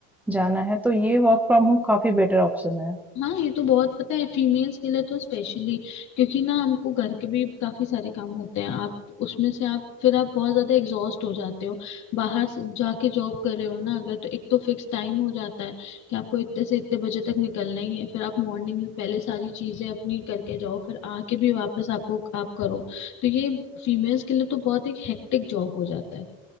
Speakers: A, in the centre; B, on the left.
A: जाना है, तो ये वर्क फ्रॉम होम काफ़ी बेटर ऑप्शन है।
B: हाँ ये तो बहुत पता है फीमेल्स के लिए तो स्पेशली क्योंकि ना हमको घर के भी काफी सारे काम होते हैं आप उसमें से आप फिर आप बहुत ज्यादा एग्जॉस्ट हो जाते हो बाहर से जाके जॉब कर रहे हो ना अगर तो एक तो फिक्स टाइम हो जाता है कि आपको इतने से इतने बजे तक निकलना ही है फिर आप मॉर्निंग में पहले सारी चीजें अपनी करके जाओ फिर आके भी वापस आपको आप करो तो ये फीमेल्स के लिए तो बहुत एक हेक्टिक जॉब हो जाता है